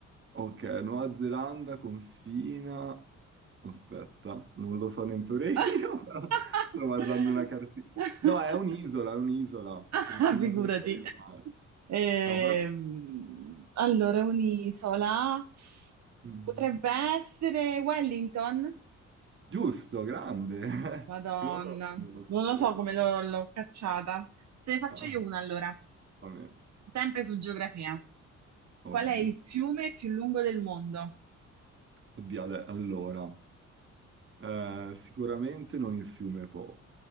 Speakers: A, on the right (about 40°); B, on the right (about 60°).
A: Ok, Nuova Zelanda confina... Aspetta, non lo so neppure io,
B: <laughs>
A: <laughs> però sto guardando una cartina. No, è un'isola, è un'isola,
B: Ah,
A: confina
B: figurati.
A: solo per il mare.
B: Ehm,
A: No, però...
B: allora, un'isola
A: Mhm.
B: potrebbe essere Wellington.
A: Giusto, grande! <laughs>
B: Madonna,
A: Non lo, non lo sapevo.
B: non lo so come l'ho l'ho cacciata. Te ne faccio
A: Ah,
B: io una allora,
A: vabbè,
B: sempre su geografia.
A: oddio.
B: Qual è il fiume più lungo del mondo?
A: Oddio, adè- allora... Eh, sicuramente non il fiume Po,